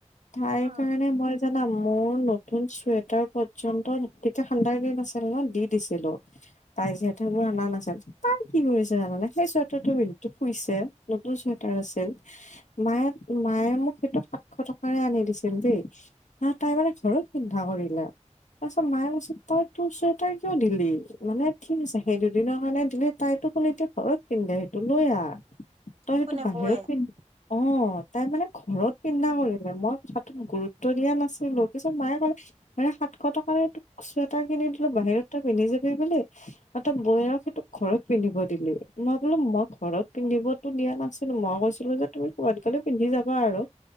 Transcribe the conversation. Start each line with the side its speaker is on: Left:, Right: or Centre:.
Left: তাইৰ
Right: উম,
Left: কাৰণে মই জানা মোৰ নতুন চুৱে তাৰ পৰ্যন্ত তেতিয়া ঠাণ্ডাৰ দিন আছিল ন দি দিছিলো। তাই যিহেতু মোৰ আনা নাছিল, তাই কি কৰিছে জানানে সেই চুৱে ট টো ৱীন শুইছে, নতুন চুৱেটাৰ আছিল মায়ে মায়ে মোক সেইটো সাতশ টকাৰে আনি দিছিল দেই। ন তাইবাৰে ঘৰত চিন্ধা কৰিলে। তাৰপিছত মায়ে কৈছে তই তোৰ চুৱেটাৰ কিয় দিলি? মানে ঠিক আছে সেই দুদিনৰ কাৰণে দিলি তাইতো কল এতিয়া ঘৰত পিন্ধে সেইটো লৈ আহ, তই
Right: কোনে
Left: সেইটো বাহিৰত
Right: বৌয়ে?
Left: পিন্ধ
Right: <inaudible>
Left: অ', তাই মানে ঘৰত পিন্ধা কৰিলে মই কথাটোত গুৰুত্ব দিয়া নাছিলো, পিছত মায়ে কলে এ! সাতশ টকাৰে তোক চুৱেটাৰ কিনি দিলো, বাহিৰত তই পিন্ধি যাবি বোলি আৰু তই বৌয়েৰক সেইটো ঘৰত পিন্ধিব দিলি। মই বোলো মই ঘৰত পিন্ধিবতো দিয়া নাছিলো, মই কৈছিলো যে তুমি ক'বাত গ'লে পিন্ধি যাবা আৰু।